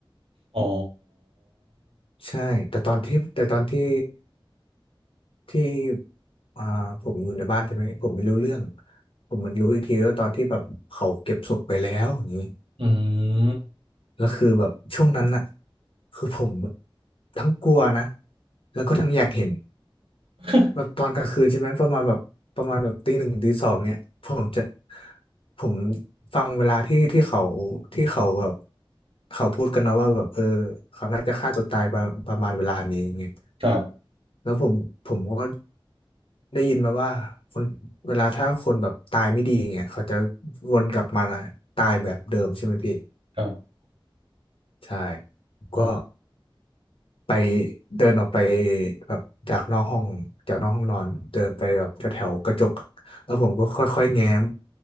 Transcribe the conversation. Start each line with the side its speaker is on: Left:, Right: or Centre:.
Right: อ๋อ
Left: ใช่แต่ตอนที่แต่ตอนที่ที่อ่าผมอยู่ในบ้านใช่ไหมผมไม่รู้เรื่องผมมันรู้อีกทีก็ตอนที่แบบเขาเก็บศพไปแล้วอย่างนี้
Right: อืม
Left: แล้วคือแบบช่วงนั้นอ่ะคือผมแบบทั้งกลัวนะแล้วก็ทั้งอยากเห็น
Right: <laughs>
Left: แบบตอนกลางคืนใช่ไหมประมาณแบบประมาณแบบตีหนึ่งตีสองเนี่ยผมจะผมฟังเวลาที่ที่เขาที่เขาแบบเขาพูดกันเนาะว่าแบบเออเขาน่าจะฆ่าตัวตายประประมาณเวลานี้อย่างเงี้ย
Right: ครับ
Left: แล้วผมผมก็ได้ยินมาว่าคนเวลาถ้าคนแบบตายไม่ดีอย่างเงี้ยเขาจะวนกลับมาตายแบบเดิมใช่ไหมพี่
Right: ครับ
Left: ใช่
Right: อ๋อ
Left: ก็ไปเดินออกไปแบบจากนอกห้องจากนอกห้องนอนเดินไปแบบแถวๆกระจกอะแล้วผมก็ค่อยๆแง้ม